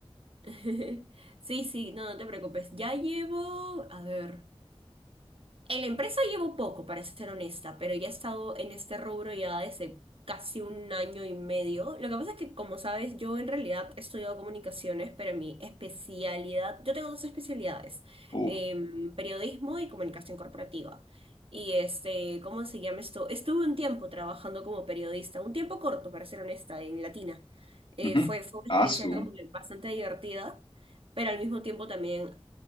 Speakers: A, on the right; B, on the left.
A: <laughs> Sí, sí, no, no te preocupes. Ya llevo, a ver. En la empresa llevo poco, para ser honesta, pero ya he estado en este rubro ya desde casi un año y medio. Lo que pasa es que, como sabes, yo en realidad he estudiado comunicaciones, pero mi especialidad, yo tengo dos especialidades,
B: Uh,
A: em, periodismo y comunicación corporativa. Y este, ¿cómo se llama esto? Estuve un tiempo trabajando como periodista, un tiempo corto, para ser honesta, en Latina. Eh,
B: ujú.
A: fue, fue una
B: Ah,
A: experiencia
B: su,
A: como que bastante divertida, pero al mismo tiempo también